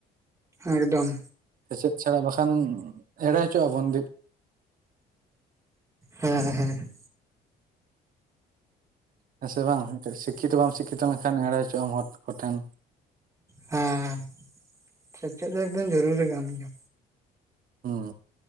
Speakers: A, on the right (about 20°); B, on the right (about 55°).
A: ᱮᱠᱫᱚᱢ
B: ᱥᱮᱪᱮᱫ ᱪᱷᱟᱲᱟ ᱵᱟᱠᱷᱟᱱ ᱮᱲᱮ ᱦᱚᱪᱚᱜᱼᱟ ᱵᱚᱱ
A: ᱦᱮᱸᱮᱸ ᱦᱮᱸ
B: ᱦᱮᱸ ᱥᱮ ᱵᱟᱝ ᱥᱤᱠᱠᱷᱤ ᱛᱚ ᱵᱟᱢ ᱥᱤᱠᱠᱷᱤ ᱛᱚ ᱞᱮᱱ ᱠᱷᱟᱱ ᱮᱲᱮ ᱦᱚᱪᱚᱜ ᱟᱢ ᱦᱚᱲ ᱠᱚ ᱴᱷᱮᱱ
A: ᱦᱮᱸ ᱥᱮᱪᱮᱫ ᱫᱚ ᱮᱠᱫᱚᱢ ᱡᱚᱨᱩᱨᱤ ᱠᱟᱱ ᱜᱮᱭᱟ
B: ᱦᱩᱸ